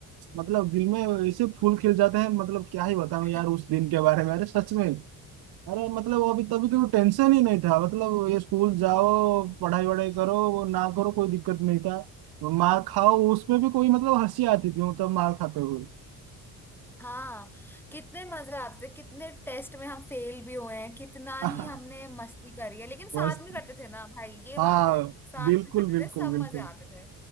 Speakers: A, on the right; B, in the centre.
A: मतलब दिल में ऐसे फूल खिल जाते हैं मतलब क्या ही बताऊँ
B: <laughs>
A: यार उस दिन के बारे में अरे सच में अरे मतलब अभी तभी कोई टेंशन ही नहीं था मतलब ये स्कूल जाओ पढ़ाई वढ़ाई करो वो ना करो कोई दिक्कत नहीं था मार खाओ उसमें भी कोई मतलब हंसी आती थी मतलब मार खाते हुए
B: हाँ कितने मजे आते थे कितने टेस्ट में हम फेल भी हुए हैं कितना
A: <laughs>
B: ही हमने मस्ती करी है लेकिन साथ
A: बस
B: में करते थे ना भाई ये
A: हाँ
B: बात है साथ
A: बिल्कुल
B: में करते
A: बिल्कुल
B: थे सब
A: बिल्कुल
B: मजे आते थे